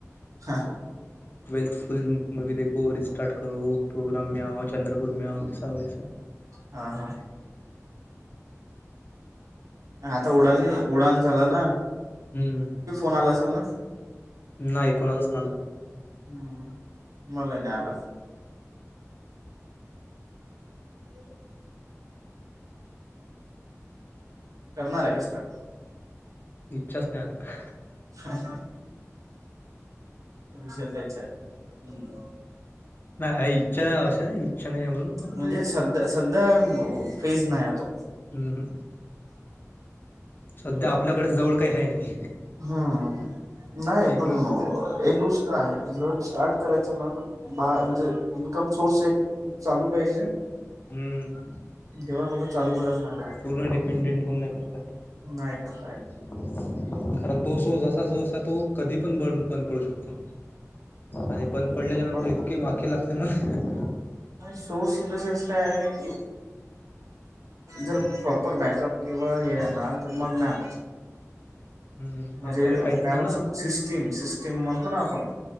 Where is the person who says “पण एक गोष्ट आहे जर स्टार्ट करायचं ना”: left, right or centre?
Right